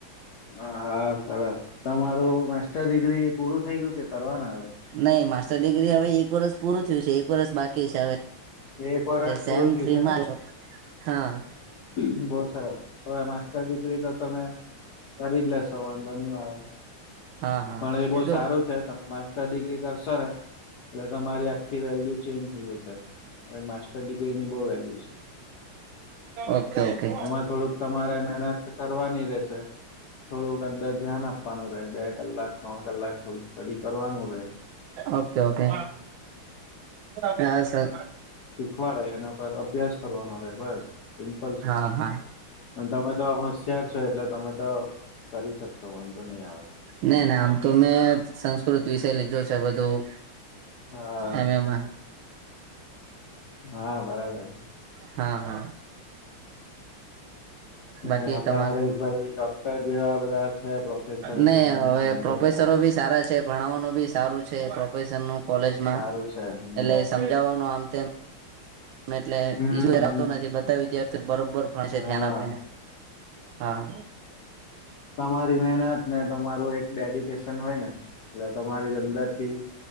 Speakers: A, on the left (about 55°); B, on the right (about 75°).
A: હ હા સરસ તમારું માસ્ટર ડિગ્રી પૂરું થઈ ગયું કે કરવાના? હવે?
B: નહી માસ્ટર ડિગ્રી હવે એક વર્ષ પૂરું થયું છે, એક વર્ષ બાકી છે, હવે
A: એક વરસ
B: સેમ
A: પૂરું થયું
B: થ્રીમાં
A: છે,
B: હા
A: ને બસ સરસ હવે માસ્ટર ડિગ્રી તો તમે કરી જ લેશો વાંધો ની આવે
B: હા હા
A: પણ એ બો
B: તો
A: સારું છે, તમે મા તટર દીગરી કરશોને એટલે તમારી આખી વેલ્યુ ચેનજ થઈ જશે હવે મા ડિગ્રી ની બહુ વેલ્યુ છે.
B: ઓકે ઓકે
A: એમાં થોડુંક તમારે મહેનત કરવાની રશે થોડુંક અંદર ધ્યાન આપવાનું રહેે બે કલાક ત્રણ કલાક થોડુંક સ્ટડી કરવાનું રહે
B: ઓકે ઓકે હ સર
A: પડે એના પર અભ્યાસ કરવાનો રે બસ સિમ્પલ છે
B: હા હા
A: તમા તો હોશિયાર છો એટલે તમે તો કરી શકશો વાંધો નહી આવે
B: ના ના આમ તો મેં સંસ્કૃત વિષય લીધો છે, બધું
A: હા
B: એમ એમાં
A: હા બરાબર છે.
B: હા હા.
A: હ
B: બાકી
A: આપડા
B: તમારે
A: હરેશભાઈ ડોક્ટર જેવા બધા છે પ્રોફેસર એટલે
B: નહી
A: તમને
B: હવે
A: વાંધો
B: પ્રોફેસરો
A: નહી આવે.
B: ભી સારા છે, ભણાવવાનો ભી સારું છે પ્રોફેશનનું કોલેજમાં
A: સારું છે હમ્મ
B: એટલે સમજાવવાનું આમ તેમ એટલે
A: હમ્મ
B: ઈશ્વર
A: હમ્મ
B: આવતો નથી બધા વિદ્યાર્થી બરોબર ભણશે
A: હા
B: ધ્યાન આપીને હા.
A: તમારી મહેનત ને તમારું એક ડેડિકેશન હોય ને એટલે તમારી જો અંદરથી